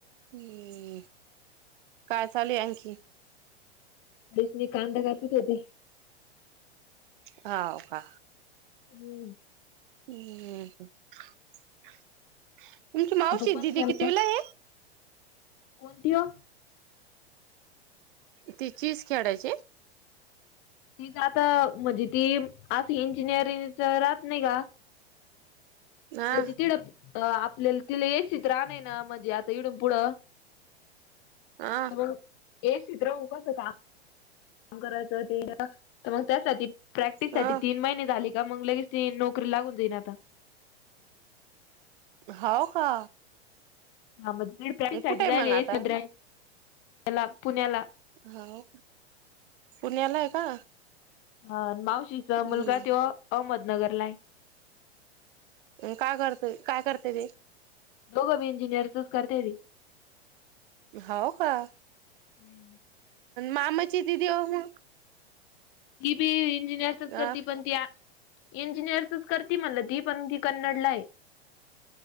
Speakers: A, on the right (about 50°); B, on the left (about 35°).
A: हम्म काय चालू आणखी
B: त्यास्नी कांदा कापून देते
A: हा ओ का
B: हम्म
A: ह् तुमची मावशी
B: कोण
A: दिदी
B: केला
A: कितविला आहे हे
B: कोणती ओ
A: तीचीस खेदायेची
B: तीच आता म्हणजी ती आज इंजिनिअरिंगच राहत नाही गा
A: हा
B: तर त तिडं आपल्याला तिला यायची तर राहण ना म्हणजे आता इडून पुढं
A: हा
B: मग एसीत येऊन बसल ना करायं मग त्यासाठी प्रॅक्टिस साठी
A: ह
B: तीन महिने झाली का मग लगेच ती नोकरी लागून जाईन आता
A: हाव का
B: हा मग प्री प्लांनिंग
A: कुठे
B: साठी
A: आहे
B: जावे
A: मग
B: लागेल
A: आता
B: ह्याला पुण्याला
A: हाव पुण्याला आहे का
B: हा मावशीचा
A: हम्म
B: मुलगा तो अहमदनगरला आहे
A: काय करतोय काय करते ते
B: दोघ बी इंजिनिरच करते ती
A: हाव का
B: म्हणलं
A: मामाची दिदी हो म
B: ती बी इंजिनिअरचच
A: अ
B: करते पण त्या इंजिनियरच करती म्हणलं ती पण ती कन्नडला आहे